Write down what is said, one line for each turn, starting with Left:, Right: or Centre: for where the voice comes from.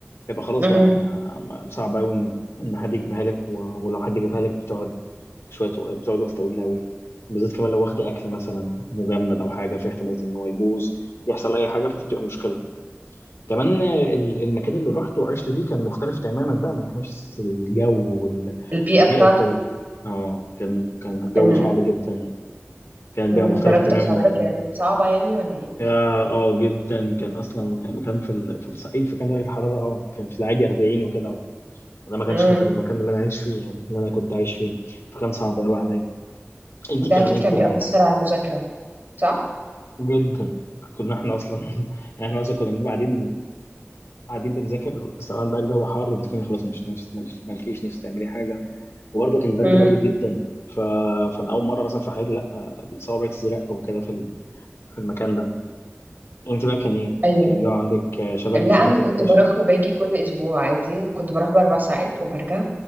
Left: يبقى خلاص
Right: مهم.
Left: بقى ما ما- صعب قوي ان ان حد يجيبها لك و- ولو حد جابها لك بتقعد شويه وق- بتقعد وقت طويل قوي بالذات كمان لو واخد اكل مثلا مجمد او حاجه في احتمال ان هو يبوظ يحصل اي حاجه فتبقى مشكله كمان آه، ال- المكان اللي رحت وعشت فيه كان مختلف تماما بقى من حيث الجو وال-
Right: البيئة
Left: والبيئه
Right: بتاعته
Left: وكده اه كان كان الجو
Right: ان
Left: صعب جدا كانت
Right: مم،
Left: بيئه مختلفه
Right: درجة
Left: تماما
Right: الحرارة
Left: عن
Right: كانت صعبة يعني ولا ايه؟
Left: اه آه، جدا كان اصلا مكان في ال- في الصعيد فكان درجه الحراره اه كان في العادي 40 وكده انا ما كانش
Right: مم.
Left: في المكان اللي انا عايش فيه يعني اللي انا كنت عايش فيه فكان صعب قوي عليا انت
Right: ده
Left: كان
Right: اكيد
Left: ايه
Right: كان
Left: الدنيا
Right: بيأثر على المذاكرة صح؟
Left: جدا كنا احنا اصلا <laughs> يعني احنا اصلا كنا بنبقى قاعدين قاعدين بنذاكر سواء بقى الجو حر بتكوني خلاص مش نفس مالش- مالكيش نفس تعملي حاجه وبرضه كان برد
Right: مم.
Left: برد جدا ف... فانا اول مره مثلا في حياتي لا صوابعي تزرق وكده في ال- في المكان ده انت بقى كان ايه
Right: ايوه
Left: كان الجو عندك شبه
Right: لا
Left: اللي
Right: انا
Left: انت
Right: كنت
Left: كنت عايش
Right: بروح
Left: فيه
Right: وباجي كل اسبوع عادي كنت بروح باربع ساعات وبرجع